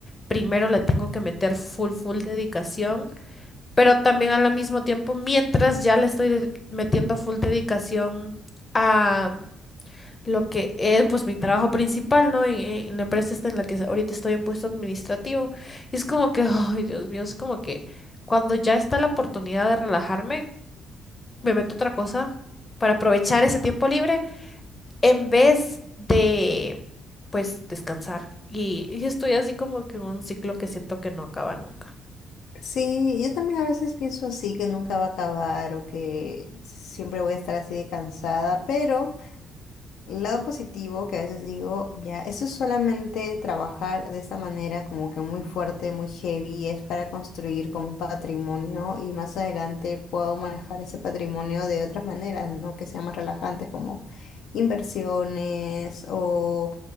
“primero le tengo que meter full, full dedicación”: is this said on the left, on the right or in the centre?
Left